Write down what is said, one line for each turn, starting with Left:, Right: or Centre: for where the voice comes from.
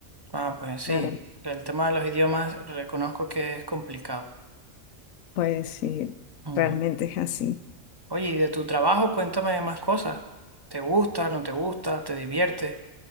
Right: Ah, pues sí.
Left: claro,
Right: El tema de los idiomas reconozco que es complicado.
Left: pues sí,
Right: Ujú.
Left: realmente es así.
Right: Oye, y de tu trabajo, cuéntame más cosas. ¿Te gusta, no te gusta, te divierte?